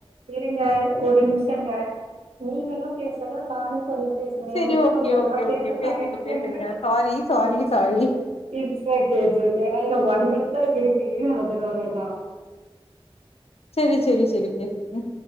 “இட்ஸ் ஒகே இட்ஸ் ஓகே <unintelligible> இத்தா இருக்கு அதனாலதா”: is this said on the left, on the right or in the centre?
Right